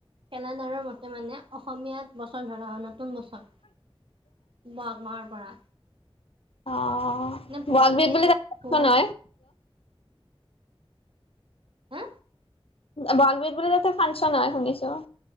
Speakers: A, on the right; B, on the left.
A: কেলেণ্ডাৰৰ মতে মানে অসমীয়াত বছৰ ধৰা হয়, নতুন বছৰ বহাগ মাহৰ পৰা।
B: অ',
A: মানে ভোগালী
B: বহাগ বিহু বুলিত বুলি কথা
A: ভোগাল
B: নহয়।
A: হা।
B: বহাগ বিহুত বোলে তাতে ফাংচন হয় শুনিছো।